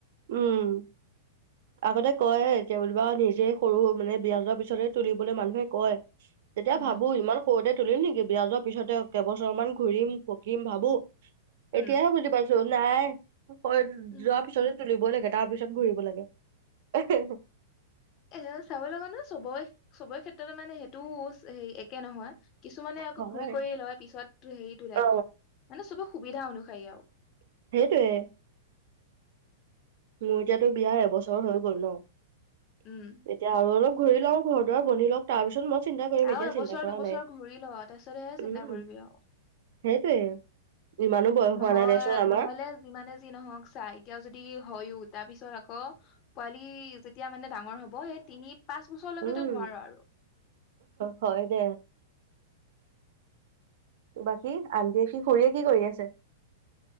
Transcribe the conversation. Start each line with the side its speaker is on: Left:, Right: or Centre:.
Right: উম। আগতে কয়, এতিয়া বুলিবা নিজে সৰু মানে বিয়া যোৱাৰ পিছতে তুলিবলৈ মানুহে কয়। তেতিয়া
Left: উম
Right: ভাবো ইমান সৰুতে তুলিম নেকি বিয়া যোৱাৰ পিছতে কেইবছৰ মান ঘুৰিম-পকিম ভাবো
Left: উম
Right: এতিয়াহে বুজি পাইছো নাই হয়,
Left: উম
Right: যোৱাৰ পিছতে তুলিবই লাগে তাৰ পিছত ঘূৰিব লাগে। <inaudible>
Left: এ, চাব লগা ন চব-চবৰে ক্ষেত্ৰতে মানে সেইটো হেই এ একে নহয়, কিছুমানে আকৌ
Right: হয়।
Left: ঘূৰি কৰি লয় পিছত হেৰি তোলে।
Right: অ
Left: মানে চবৰে সুবিধা অনুসায়ী আৰু।
Right: সেইটোৱে। মোৰ এতিয়াতো বিয়াাৰ এবছৰ হৈ গ'ল ন।
Left: উম
Right: এতিয়া আৰু অলপ ঘূৰি লওঁ, ঘৰ দুৱাৰ বনি লওঁক তাৰ পিছত মই চিন্তা কৰিম
Left: আৰু
Right: এতিয়া
Left: এবছৰ
Right: চিন্তা কৰা
Left: দুবছৰ
Right: নাই।
Left: ঘূৰি ল, তাৰপিছত হে
Right: উম
Left: চিন্তা কৰিবি আৰু।
Right: সেইটোয়ে ইমানো বয়স
Left: নহয়
Right: হোৱা নাই দেচোন আমাৰ।
Left: নহলে যিমানে যি নহওক চা, এতিয়াও যদি হয়ও তাৰ পিছত আকৌ পোৱালি যদ- যেতিয়া মানে ডাঙৰ হব, সেই তিনি পাঁচ বছৰলৈকে
Right: উম
Left: তই নোৱাৰো আৰু।
Right: হয় দে বাকি, আনজেফি খুৰীয়ে কি কৰি আছে।